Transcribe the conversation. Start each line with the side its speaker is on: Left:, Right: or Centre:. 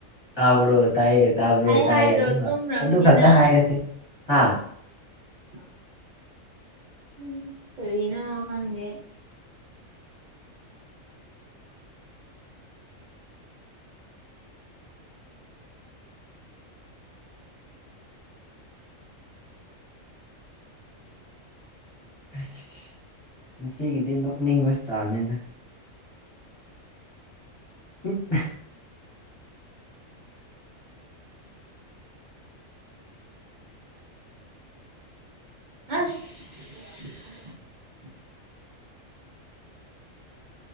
Left: ꯇꯥꯕ꯭ꯔꯣ ꯇꯥꯏꯌꯦ ꯇꯥꯕ꯭ꯔꯣ
Right: ꯑꯩ
Left: ꯇꯥꯏꯌꯦ
Right: ꯍꯥꯏꯗ꯭ꯔꯣ
Left: ꯑꯗꯨ
Right: ꯇꯨꯝꯔꯝꯅꯤꯅ
Left: ꯑꯗꯨ ꯈꯛꯇ ꯍꯥꯏꯔꯁꯦ ꯍꯥ
Right: <inaudible> ꯎꯝ ꯀꯔꯤꯅꯣ ꯈꯪꯗꯦ
Left: ꯑꯁ ꯁꯤꯒꯤꯗꯤ ꯅꯣꯛꯅꯤꯡꯕꯁꯇꯥꯝꯅꯤꯅ <unintelligible>
Right: ꯑꯁ